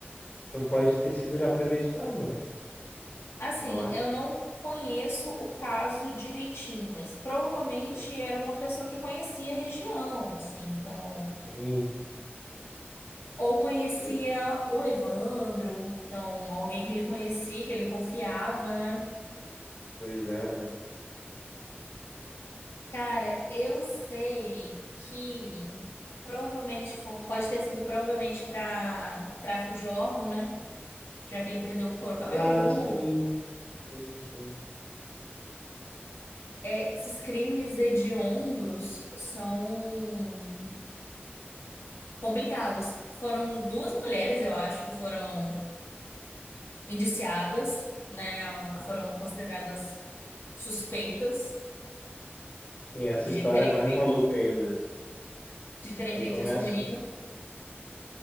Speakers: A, on the left; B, on the left.
A: Então pode ter sido já premeditado, né?
B: Assim,
A: Tu não acha?
B: eu não conheço o caso direitinho, mas provavelmente
A: Sim,
B: era uma pessoa que conhecia a região, assim, então.
A: sim.
B: Ou conhecia
A: Podia... s-
B: o Evandro, então, alguém que ele conhecia, que ele confiava, né?
A: Pois é, né?
B: Cara, eu sei que provavelmente foi- pode ter sido provavelmente para tráfico de órgão, né? Já que ele perdeu o couro cabeludo
A: Ah, sim, sim, sim.
B: É, esses crimes hediondos são complicados. Foram duas mulheres, eu acho, que foram indiciadas, né, ou
A: Ah,
B: que foram consideradas suspeitas
A: sim, essa
B: de
A: história
B: terem
A: é mais
B: feito,
A: maluca ainda.
B: de terem
A: Aí
B: feito
A: começa.
B: isso com o menino,